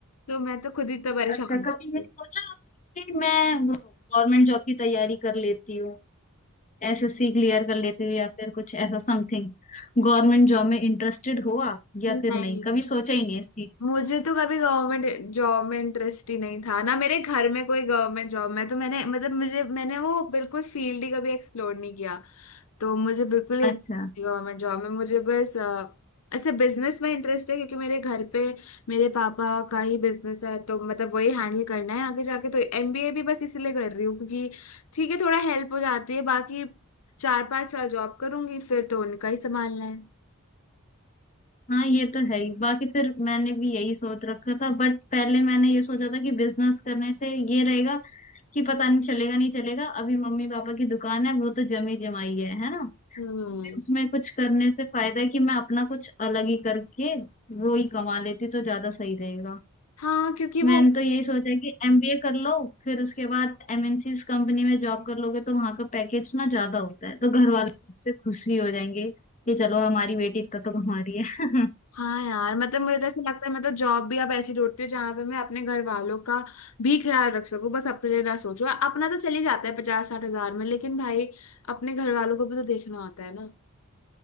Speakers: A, on the left; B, on the left.
A: तो मैं तो खुद ही तो परेशान
B: अच्छा कभी नहीं
A: हूँ
B: सोचा आपने कि मैं वो गवर्नमेंट जॉब की तैयारी कर लेती हूँ एसएससी क्लियर कर लेती हूँ या फिर कुछ ऐसा समथिंग गवर्नमेंट जॉब में इंटरेस्टेड हो आप या
A: नहीं
B: फिर नहीं कभी सोचा ही नहीं इस चीज को
A: मुझे तो कभी गवर्नमेंट जॉब में इंटरेस्ट ही नहीं था ना मेरे घर में कोई गवर्नमेंट जॉब में तो मैंने मतलब मुझे मैंने वो बिल्कुल फील्ड ही कभी एक्सप्लोर नहीं किया तो मुझे बिल्कुल इंटरेस्ट
B: अच्छा
A: गवर्नमेंट जॉब में मुझे बस अ, ऐसे बिजनेस में इंटरेस्ट है क्योंकि मेरे घर पे मेरे पापा का ही बिजनेस है तो मतलब वही हैंडल करना है आगे जाके तो एमबीए भी बस इसीलिए कर रही हूँ क्योंकि ठीक है थोड़ा हेल्प हो जाती है बाकी चार पांच साल जॉब करूंगी फिर तो उनका ही संभालना है
B: हाँ ये तो है ही बाकी फिर मैंने भी यही सोच रखा था बट पहले मैंने ये सोचा था कि बिजनेस करने से ये रहेगा कि पता नहीं चलेगा नहीं चलेगा अभी मम्मी पापा की दुकान है वो तो जमी जमाई है है ना
A: हम्म
B: तो फिर उसमें कुछ करने से फायदा है कि मैं अपना कुछ अलग ही करके वो ही कमा लेती तो ज्यादा सही रहेगा
A: हाँ क्योंकि
B: मैंने
A: वो
B: तो यही सोचा कि एमबीए कर लो फिर उसके बाद एमएनसीज कंपनी में जॉब कर लोगे तो वहां का पैकेज ना ज्यादा होता है तो घर वाले भी इससे खुशी हो जाएंगे कि चलो हमारी बेटी इतना तो कमा रही है
A: हाँ यार मतलब मुझे तो ऐसा लगता है मैं तो जॉब भी अब ऐसी ढूंढती हूँ जहां पे मैं अपने घर वालों का भी ख्याल रख सकूँ बस अपने लिए ना सोचूं अपना तो चले जाता है पचास साठ हजार में लेकिन भाई अपने घर वालों को भी तो देखना होता है ना